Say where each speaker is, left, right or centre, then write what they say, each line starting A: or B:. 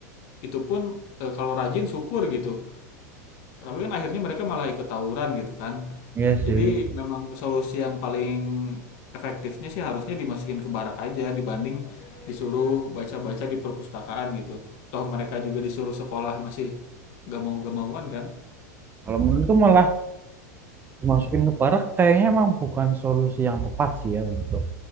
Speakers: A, on the left; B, on the right.
A: itu pun eh, kalau rajin syukur gitu. Tapi kan akhirnya mereka malah ikut tawuran gitu kan.
B: Iya sih.
A: Jadi memang solusi yang paling efektifnya sih harusnya dimasukin ke barak aja dibanding disuruh baca-baca di perpustakaan gitu. Toh mereka juga disuruh sekolah masih gak mau-gak mauan kan?
B: Kalau menurutku malah dimasukin ke barak kayaknya emang bukan solusi yang tepat sih ya untuk